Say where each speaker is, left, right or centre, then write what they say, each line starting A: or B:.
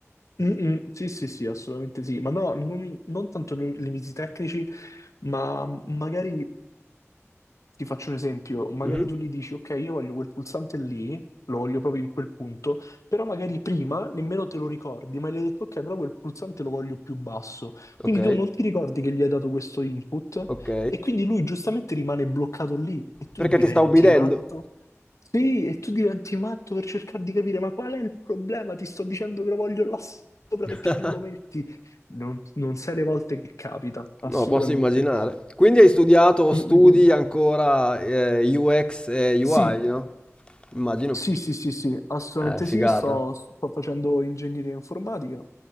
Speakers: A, on the left; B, on the left.
A: Mm-mm, Sì, sì, sì, assolutamente sì, ma no, non, non tanto nei limiti tecnici, ma magari ti faccio un esempio, magari
B: Mhm.
A: tu gli dici, ok, io voglio quel pulsante lì, lo voglio proprio in quel punto, però magari prima nemmeno te lo ricordi, ma gli hai detto, ok, però quel pulsante lo voglio più basso.
B: Ok,
A: Quindi tu non ti ricordi che gli hai dato questo input
B: ok.
A: e quindi lui giustamente rimane bloccato lì e tu
B: Perché
A: diventi
B: ti sta ubbidendo?
A: matto. Sì, e tu diventi matto per cercare di capire, ma qual è il problema? Ti sto dicendo che lo voglio là sopra
B: <laughs>
A: perché non lo metti. Non, non sai le volte che capita, assolutamente.
B: No, posso immaginare. Quindi hai studiato o studi
A: Mm, mm, mm.
B: ancora eh, UX e
A: Sì,
B: UI, no? Immagino.
A: Sì, sì, sì, sì, assolutamente
B: Eh, figata.
A: sì, sto, sto facendo ingegneria informatica